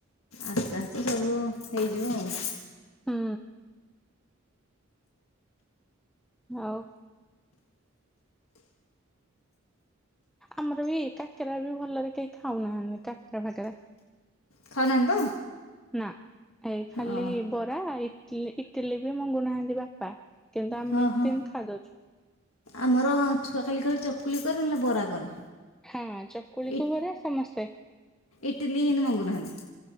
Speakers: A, on the left; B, in the centre.
A: ଆରଟା ଏ ସବୁ ହେଇଯିବ ଆଉ,
B: ହୁଁ। ହଉ। ଆମର ବି କାକେରା ବି ଭଲରେ କେହି ଖାଉନାହାନ୍ତି କାକେରା ଫାକେରା
A: ଖାଉନାହାନ୍ତି ତ
B: ନା ଏଇ ଖାଲି
A: ଅ
B: ବ ପୁରା ଇଟିଲ ଇଟିଲି ବି ମଙ୍ଗୁନାହାନ୍ତି ବାପା କିନ୍ତୁ ଆମେ
A: ହଁ ହଁ
B: ତିନ ଖାଇଦଉଛୁ
A: ଆମର ଖାଲି କହିବେ ଚକୁଲି କର ନହେଲେ ବରା କରେ
B: ହଁ ଚକୁଳିକୁ
A: ଇ
B: ବରା ସମସ୍ତେ
A: ଇଟିଲି ଏମିତି ମଙ୍ଗୁନାହାନ୍ତି,